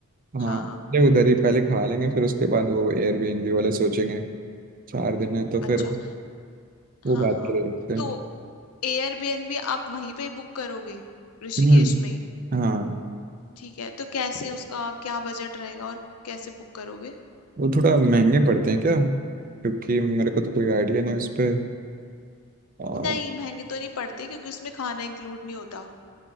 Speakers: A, on the right; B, on the left.
A: हाँ
B: हाँ
A: पहले उधर ही पहले खा लेंगे फिर उसके बाद वो एयरबीएनबी वाले सोचेंगे चार दिन है तो
B: अच्छा
A: फिर वो
B: हाँ
A: बात
B: हाँ
A: के लिए रखते हैं
B: तो एयरबीएनबी आप वहीं पे ही बुक करोगे ऋषिकेश
A: हम्म
B: में ही
A: हाँ
B: ठीक है तो कैसे उसका क्या बजट रहेगा और कैसे बुक करोगे
A: वो थोड़ा महंगे पड़ते हैं क्या क्योंकि मेरे को तो कोई आइडिया नहीं उस पर और
B: नहीं महंगे तो नहीं पड़ते क्योंकि उसमें खाना इंक्लूड नहीं होता